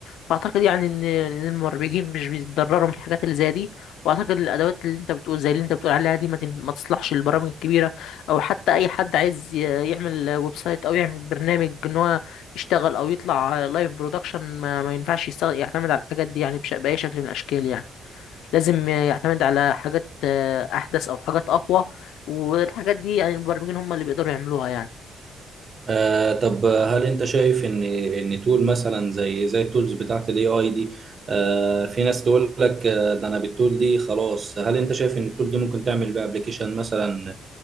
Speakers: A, on the left; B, on the right.
A: فاعتقد يعني ان إن المبرمجين مش بيتضرروا من الحاجات اللي زي دي واعتقد الادوات اللي انت بتقول زي اللي انت بتقول عليها دي ما, تن- ما تصلحش للبرامج الكبيره او حتى اي حد عايز ي- يعمل ويب سايت او يعمل برنامج ان هو يشتغل او يطلع لايف برودكشن ما, ما ينفعش يستغ- يعتمد على الحاجات دي يعني بش- باي شكل من الاشكال يعني لازم يعتمد على حاجات آه، احدث او حاجات اقوى والحاجات دي يعني المبرمجين هم اللي بيقدروا يعملوها يعني
B: آه طب هل انت شايف ان ان تول مثلا زي زي التولز بتاعت الاي اي دي آه في ناس تقول لك آه ده انا بالتول دي خلاص هل انت شايف ان التول دي ممكن تعمل بقى ابلكيشن مثلا